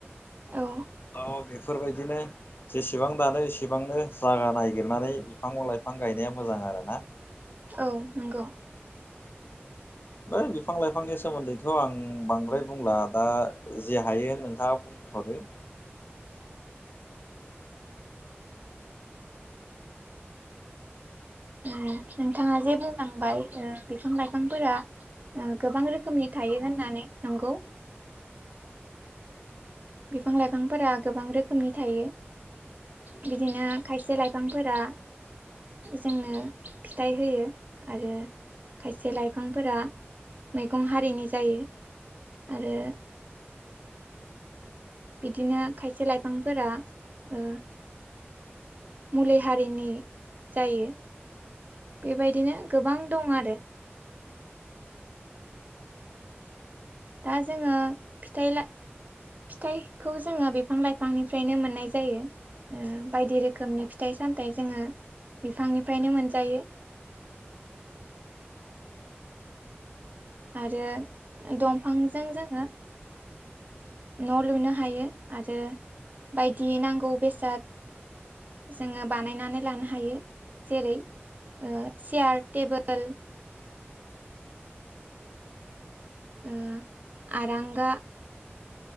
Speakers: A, on the right (about 40°); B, on the left (about 55°).
A: औ
B: त' बेफोरबायदिनो जेसेबां दानो एसेबांनो जागा नायगिरनानै बिफांं लाइफां गायनाया मोजां आरो ना
A: औ नंगौ
B: बै बिफां लाइफांनि सोमोन्दैथ' आं बांद्राय बुंला दा जि हायो नोंथाङा बुं थादो
A: <unintelligible> <unintelligible> नोंथाङा जे बुंलांबाय ओ बिफां लाइफांफोरा ओ गोबां रोखोमनि थायो होन नानै नंगौ बिफां लाइफांफोरा गोबां रोखोमनि थायो बिदिनो खायसे लाइफांफोरा जोंनो फिथाइ होयो आरो खायसे लाइफांफोरा मैगं हारिनि जायो आरो बिदिनो खायसे लाइफांफोरा ओ मुलै हारिनि जायो बेबायदिनो गोबां दं आरो दा जोङो फिथाइला फिथाइखौ जोङो बिफां लाइफांनिफ्रायनो मोननाय जायो ओ बायदि रोखोमनि फिथाइ सामथाइ जोङो बिफांनिफ्रायनो मोनजायो <inaudible> आरो दंफांजों जोङो न' लुनो हायो आरो बायदि नांगौ बेसाद जोङो बानायनानै लानो हायो जेरै ओ चेयार टेबोल ओ आरांगा